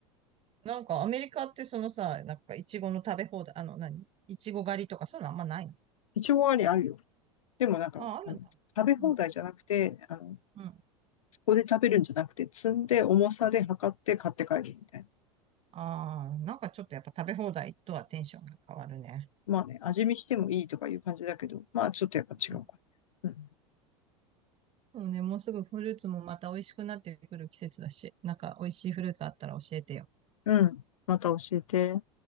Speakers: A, on the right (about 35°); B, on the left (about 80°).
A: なんか、アメリカってそのさ、なんか、イチゴの食べ放題、あの、何イチゴ狩りとか、そういうのあんまないの
B: いちごありあるよ。でもなんか、
A: ああ、るんだ。
B: あの食べ放題じゃなくて、
A: うん。
B: あの、
A: うん。
B: ここで食べるんじゃなくて、積んで重さで測って買って帰るみたいな。
A: ああ、なんかちょっとやっぱ食べ放題とはテンションが変わるね。
B: まあね、味見してもいいとかいう感じだけど、まあちょっとやっぱ違うかね。
A: うん。そうね、もうすぐフルーツもまた美味しくなってくる季節だし、なんか美味しいフルーツあったら教えてよ。
B: うん。うん。また教えて。